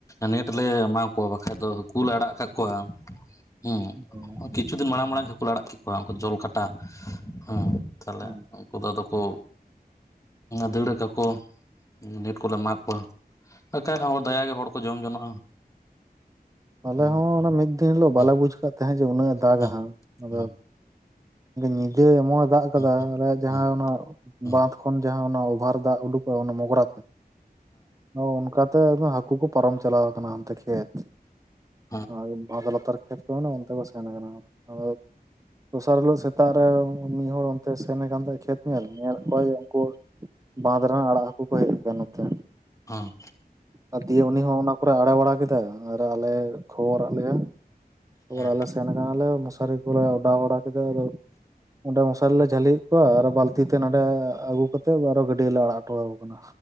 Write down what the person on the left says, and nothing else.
ᱱᱮᱴ ᱞᱮ ᱮᱢᱟ ᱠᱚ ᱵᱟᱠᱷᱟᱡ ᱫᱚ ᱦᱟᱹᱠᱩ ᱞᱮ ᱟᱲᱟᱜ ᱟᱠᱟᱜ ᱠᱚᱣᱟ ᱦᱮᱸ,
ᱠᱤᱪᱷᱩ ᱫᱤᱱ ᱢᱟᱲᱟᱝ ᱢᱟᱲᱟᱝ ᱦᱟᱹᱠᱩ ᱞᱮ ᱟᱲᱟᱜ ᱠᱮᱫ ᱠᱚᱣᱟ ᱩᱱᱠᱩ ᱡᱚᱞ ᱠᱟᱴᱟ ᱦᱮᱸ ᱛᱟᱦᱚᱞᱮ
ᱩᱱᱠᱩ ᱫᱚ ᱟᱫᱚ ᱠᱚ ᱫᱟᱹᱲ ᱟᱠᱟᱠᱚ ᱱᱮᱴ ᱠᱚᱞᱮ ᱮᱢᱟ ᱠᱚᱣᱟ᱾ ᱵᱟᱠᱷᱟᱡ ᱦᱚᱸ ᱫᱟᱭᱟ ᱜᱮ ᱦᱚᱲ ᱠᱚ ᱡᱚᱢ ᱡᱚᱱᱚᱜᱼᱟ᱾
ᱦᱮᱸ
ᱦᱮᱸ
ᱦᱮᱸ
ᱦᱮᱸ
ᱦᱮᱸ ᱦᱮᱸ ᱦᱮᱸ
ᱦᱮᱸ ᱦᱮᱸ ᱦᱮᱸ ᱦᱮᱸ ᱦᱮᱸ ᱦᱮᱸ
ᱦᱮᱸ
ᱦᱮᱸ,
ᱦᱚᱸ,
ᱦᱮᱸ